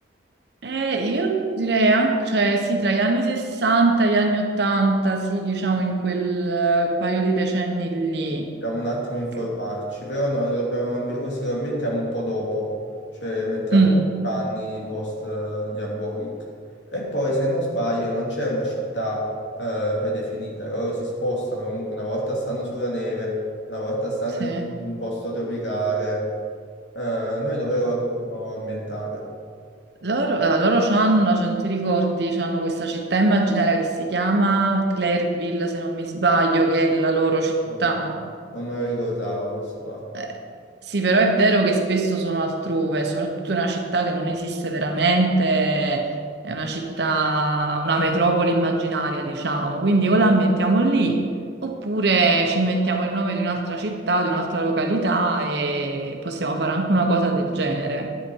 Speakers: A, on the right (about 60°); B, on the left (about 70°).
A: Eh, io direi anche, cioè sì, tra gli anni 60 e gli anni 80, sì, diciamo in quel eh, paio di decenni lì.
B: dobbiamo un attimo informarci,
A: Che-
B: però noi lo dobbiamo, ambi- così lo ambientiamo un po' dopo, cioè mettiamo
A: Mm,
B: anni post eh, Diabolic. E poi, se non sbaglio, non c'è una città eh, predefinita, loro si spostano, comunque una volta stanno sulla neve, una volta stanno
A: sì.
B: in
A: Eh,
B: un posto tropicale. Eh, noi dove lo dovremmo ambientare?
A: loro, eh, loro c'hanno, cioè, non ti ricordi, c'hanno questa città immaginaria che si chiama Clairville, se non mi sbaglio, che è la loro città.
B: Non non me lo ricordavo questo fatto.
A: Eh, sì, però è vero che spesso sono altrove, soprattutto in una città che non esiste veramente, è una città, una metropoli immaginaria, diciamo. Quindi o la ambientiamo lì, oppure ci inventiamo il nome di un'altra città, di un'altra località e possiamo fare anche una cosa del genere.